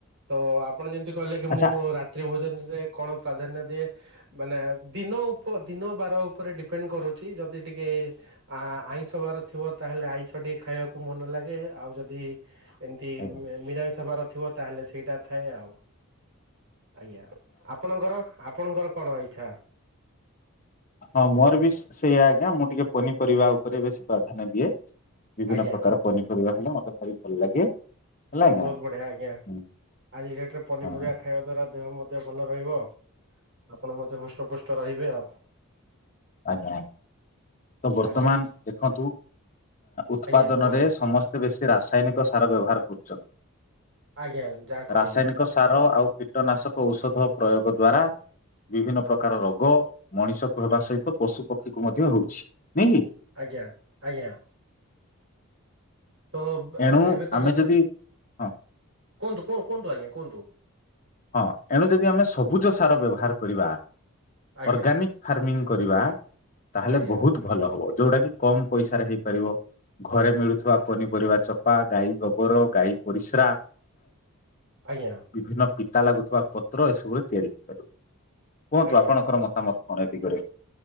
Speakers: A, on the right; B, on the left.
A: ତ ଆପଣ ଯେମିତି କହିଲେ କି
B: ଆଚ୍ଛା
A: ମୁଁ ରାତ୍ରି ଭୋଜନରେ କଣ ପ୍ରାଧାନ୍ୟ ଦିଏ ମାନେ ଦିନ ଉପ ଦିନ ବାର ଉପରେ ଡିପେଣ୍ଡ କରୁଛି ଯଦି ଟିକେ ଆଇଁଷ ବାର ଥିବ ତାହେଲେ ଆଇଁଷ ଟିକେ ଖାଇବାକୁ ମନ ଲାଗେ ଆଉ ଯଦି ଏମିତି
B: ଆଜ୍ଞା
A: ମି ସେବାର ଥିବ ତାହେଲେ ସେଇଟା ଥାଏ ଆଉ। ଆଜ୍ଞା ଆପଣଙ୍କର? ଆପଣଙ୍କର କଣ ଇଚ୍ଛା?
B: ହଁ ମୋର ବି ସେଇା ଆଜ୍ଞା ମୁଁ ଟିକେ ପନିପରିବା ଉପରେ ବେଶୀ ପ୍ରାଧାନ୍ୟ ଦିଏ। ବିଭିନ୍ନ
A: ଆଜ୍ଞା
B: ପ୍ରକାର ପନିପରିବା ହେଲେ ମତେ ଭଲ ଲାଗେ। ହେଲା ଆଜ୍ଞା
A: ବହୁତ ବଢିଆ ଆଜ୍ଞା
B: ହୁଁ
A: ଆଜି ଡେଟରେ ପନିପରିବା
B: ହଁ
A: ଖାଇବା ଦ୍ଵାରା ଦେହ ମତେ ଏତେ ଭଲ ରହିବ। ଆପଣ ମତେ ହୃଷ୍ଟପୃଷ୍ଟ ରହିବେ ଆଉ।
B: ଆଜ୍ଞା ଆଜ୍ଞା ତ ବର୍ତ୍ତମାନ
A: ଆଜ୍ଞା
B: ଦେଖନ୍ତୁ ଉତ୍ପାଦନରେ
A: ଆଜ୍ଞା କୁହନ୍ତୁ
B: ସମସ୍ତେ ବେଶୀ ରାସାୟନିକ ସାର ବ୍ୟବହାର କରୁଛନ୍ତି।
A: ଆଜ୍ଞା ଯାହା କହିଲେ।
B: ରାସାୟନିକ ସାର ଆଉ କୀଟନାଶକ ଔଷଧ ପ୍ରୟୋଗ ଦ୍ଵାରା ବିଭିନ୍ନ ପ୍ରକାର ରୋଗ ମଣିଷକୁ ହେବା ସହିତ ତ ପଶୁ ପକ୍ଷୀ କ ମଧ୍ୟ ହଉଛି। ନାଇଁ କି
A: ଆଜ୍ଞା ଆଜ୍ଞା। ତ
B: ଏଣୁ
A: ଏବେ ତ
B: ଆମେ
A: ଦେଖୁଛୁ
B: ଯଦି ହଁ
A: କୁହନ୍ତୁ କୁହନ୍ତୁ ଆଜ୍ଞା କୁହନ୍ତୁ?
B: ହଁ ଏଣୁ ଯଦି ଆମେ ସବୁଜ ସାର ବ୍ୟବହାର କରିବା
A: ଆଜ୍ଞା
B: ଅର୍ଗାନିକ ଫାର୍ମିଂ କରିବା। ତାହେଲେ
A: ଆଜ୍ଞା
B: ବହୁତ ଭଲ ହବ। ଯୋଉଟା କି କମ ପଇସାରେ ହେଇପାରିବ ଘରେ ମିଳୁଥିବା ପନିପରିବା ଚୋପା ଗାଈ ଗୋବର ଗାଈ ପରିସ୍ରା
A: ଆଜ୍ଞା।
B: ବିଭିନ୍ନ ପିତା ଲାଗୁଥିବା ପତ୍ର ଏସବୁରେ ତିଆରି ହେଇପାରିବ। କୁହନ୍ତୁ
A: ଆଜ୍ଞା।
B: ଆପଣଙ୍କର ମତାମତ। ଅନେକ ଦିଗରେ